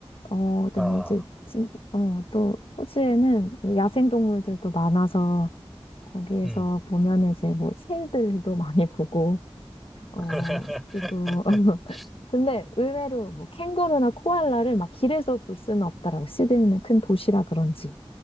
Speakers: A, on the left; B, in the centre.
A: 어, 그다음에
B: 아,
A: 이제 진, 어, 또 호주에는 야생 동물들도 많아서 거기에서
B: 음.
A: 보면 이제 뭐 새들도 많이 보고 어,
B: <laughs>
A: 그리고 <laughs> 근데 의외로 뭐 캥거루나 코알라를 막 길에서 볼 수는 없더라고. 시드니는 큰 도시라 그런지.